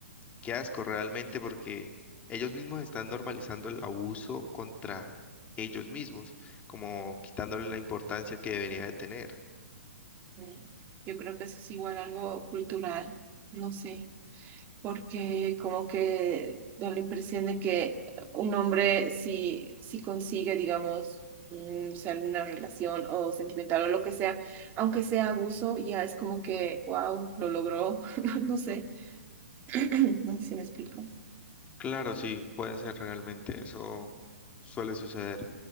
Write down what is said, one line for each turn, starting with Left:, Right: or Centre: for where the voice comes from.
Left: qué asco realmente porque ellos mismos están normalizando el abuso contra ellos mismos, como quitándole la importancia que debería de tener.
Right: Mm, Yo creo que eso es igual algo cultural, no sé, porque como que da la impresión de que un hombre si, si consigue, digamos, mm, o sea, alguna relación o sentimental o lo que sea, aunque sea abuso, ya es como que, wow, lo logró, <laughs> no sé, <clears throat> no sé si me explico.
Left: Claro, sí, puede ser realmente, eso suele suceder